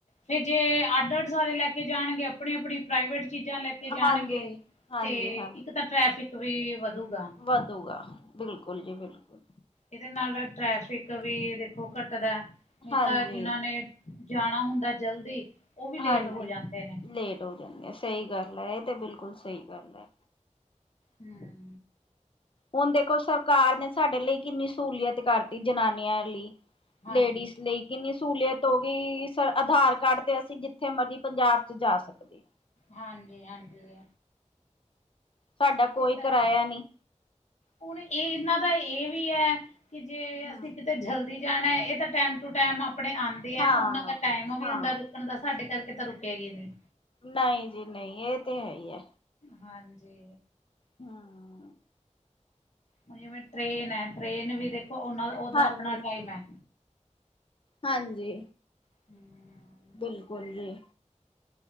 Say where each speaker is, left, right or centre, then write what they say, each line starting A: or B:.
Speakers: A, on the left (about 65°); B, on the left (about 45°).
A: ਫਿਰ ਜੇ ਅੱਡ ਅੱਡ ਸਾਰੇ ਲੈ ਕੇ ਜਾਣਗੇ, ਆਪਣੀ-ਆਪਣੀ ਪ੍ਰਾਈਵੇਟ ਚੀਜ਼ਾਂ ਲੈ ਕੇ ਕੇ ਜਾਣਗੇ,
B: ਹਾਂਜੀ, ਹਾਂਜੀ,
A: ਤੇ
B: ਹਾਂਜੀ
A: ਇੱਕ ਤਾਂ ਟ੍ਰੈਫਿਕ ਵੀ ਵਧੂਗਾ।
B: ਵਧੂਗਾ, ਬਿਲਕੁਲ ਜੀ ਬਿਲਕੁਲ।
A: ਇਹਦੇ ਨਾਲ ਟ੍ਰੈਫਿਕ ਵੀ ਦੇਖੋ ਘੱਟਦਾ, ਨਈ
B: ਹਾਂਜੀ,
A: ਤਾਂ ਜਿਨਾਂ ਨੇ ਜਾਣਾ ਹੁੰਦਾ ਜਲਦੀ, ਉਹ ਵੀ ਲੇਟ
B: ਹਾਂਜੀ।
A: ਹੋ ਜਾਂਦੇ ਨੇ।
B: ਲੇਟ ਹੋ ਜਾਨੇ ਆ, ਸਹੀ ਗੱਲ ਐ ਇਹ ਤੇ ਬਿਲਕੁਲ ਸਹੀ ਗੱਲ ਐ।
A: ਹੂੰ,
B: ਹੁਣ ਦੇਖੋ, ਸਰਕਾਰ ਨੇ ਸਾਡੇ ਲਈ ਕਿੰਨੀ ਸਹੂਲੀਅਤ ਕਰਤੀ ਜਨਾਨੀਆਂ ਲਈ।
A: ਹਾਂਜੀ
B: ਲੇਡੀਸ਼ ਲਈ। ਕਿੰਨੀ ਸਹੂਲੀਅਤ ਹੋ ਗਈ, ਸ ਆਧਾਰ ਕਾਰਡ ਤੇ ਅਸੀਂ ਜਿੱਥੇ ਮਰਜੀ ਪੰਜਾਬ 'ਚ ਜਾ ਸਕਦੇ ਆ।
A: ਹਾਂਜੀ-ਹਾਂਜੀ,
B: ਸਾਡਾ
A: ਇਹ
B: ਕੋਈ
A: ਤਾਂ
B: ਕਿਰਾਇਆ
A: ਐ,
B: ਨੀ।
A: ਹੁਣ ਇਹ ਇਹਨਾਂ ਦਾ ਵੀ ਐ ਕਿ ਜੇ
B: ਹਾਂ,
A: ਅਸੀਂ ਕਿਤੇ ਜਲਦੀ ਜਾਣਾ, ਇਹ ਤਾਂ ਟੈਮ ਟੂ ਟੈਮ ਆਪਣੇ ਆਦ ਦੇ ਆ,
B: ਹਾਂ
A: ਉਹਨਾਂ ਦਾ ਟਾਈਮ ਵੀ
B: ਹਾਂ
A: ਹੁੰਦਾ ਰੁਕਣ ਦਾ, ਸਾਡੇ ਕਰਕੇ ਤਾਂ ਰੁਕੇ ਗੀ ਨੀ।
B: ਨਈ ਜੀ ਨਈ, ਇਹ ਤੇ ਹੈ ਈ ਐ।
A: ਹਾਂਜੀ,
B: ਹਾਂ,
A: ਹੁਣ ਜਿਵੇਂ ਟ੍ਰੇਨ ਐ ਟ੍ਰੇਨ ਵੀ ਦੇਖੋ, ਉਹਨਾ ਦਾ ਉਹਦਾ
B: ਹਾਂਜੀ
A: ਆਪਣਾ ਟਾਈਮ ਐ।
B: ਹਾਂਜੀ,
A: <inaudible>
B: ਬਿਲਕੁਲ ਜੀ।